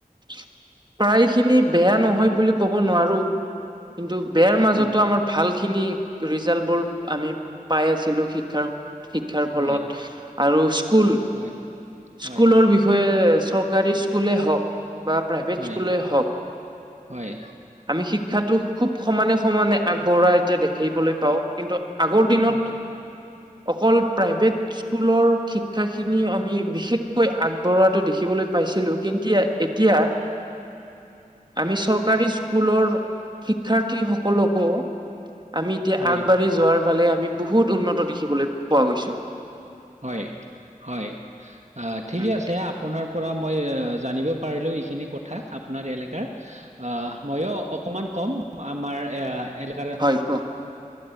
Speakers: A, on the right; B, on the right.
A: প্ৰায়খিনি বেয়া নহয় বুলি ক'ব নোৱাৰো। কিন্তু বেয়াৰ মাজতো
B: উম,
A: আমাৰ ভাল খিনি ৰিজাল্টবোৰ, আমি পাই আছিলো শিক্ষাৰ। শিক্ষাৰ ফলত
B: হয়,
A: আৰু স্কুল,
B: হয়, হয়,
A: স্কুলৰ বিষ বিষয় চৰকাৰী স্কুলেই হক। বা প্ৰাইভেট
B: হয়,
A: স্কুলেই হক।
B: হয়,
A: আমি শিক্ষাটো খুব সমানে সমানে আগবঢ়া এতিয়া দেখিবলৈ পাওঁ। কিন্তু আগৰ দিনত,
B: হয়।
A: অকল প্ৰাইভেট স্কুলৰ শি শিক্ষা খিনি আমি বিশেষকৈ আগবঢ়োৱাটো দেখিবলৈ পাইছিলো। কিন্তু এতিয়া
B: <unintelligible>
A: আমি চৰকাৰী স্কুলৰ শিক্ষাৰ্থী সকলকো আমি এতিয়া
B: হয়,
A: আগবাঢ়ি যোৱাৰ ফালে, আমি বহুত উন্নত দেখিবলৈ পোৱা গৈছো।
B: হয়', হয়', আহ' ঠিকে
A: উম,
B: আছে। আপোনাৰ পৰা মই জানিব পাৰিলোঁ, এইখিনি কথা আপোনাৰ এলেকাৰ। আ' ময়ো অকমান কম, আমাৰ এ' এলে কাৰ,
A: হয় কওক